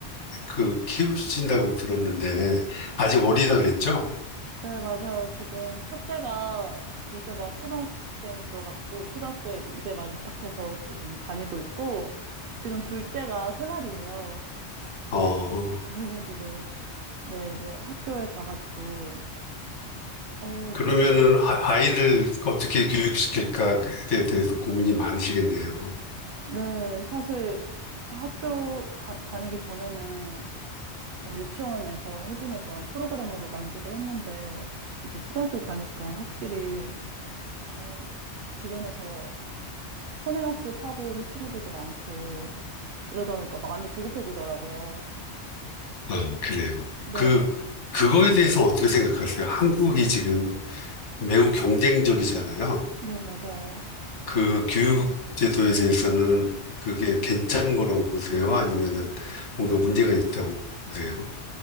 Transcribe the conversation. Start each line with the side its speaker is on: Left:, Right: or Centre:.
Left: 그 키우신다고 들었는데, 아직 어리다 그랬죠?
Right: 네, 맞아요. 지금 첫째가 이제 막 초등학생 들어갔고, 초등학교에 이제 막 입학해서 지금 다니고 있고, 지금 둘째가 세살이에요
Left: 어,
Right: 그래가지고, 네, 이제 학교에 가가지고, 어, 이제,
Left: 그러면은
Right: 어,
Left: 아, 아이를 어떻게 교육시킬까에 대해서 고민이 많으시겠네요.
Right: 네, 사실 학교 가, 다니기 전에는 그냥 유치원에서 해주는 그런 프로그램으로 만족을 했는데, 이제 초등학교 가니까 확실히, 어, 주변에서 선행학습하고 온 친구들도 많고 이러다 보니까 마음이 조급해지더라고요.
Left: 아, 그래요.
Right: 네,
Left: 그, 그거에 대해서는 어떻게 생각하세요? 한국이 지금 매우 경쟁적이잖아요.
Right: 네, 맞아요.
Left: 그 교육 제도에 대해서는 그게 괜찮은 거라고 보세요? 아니면은 뭔가 문제가 있다고 보세요?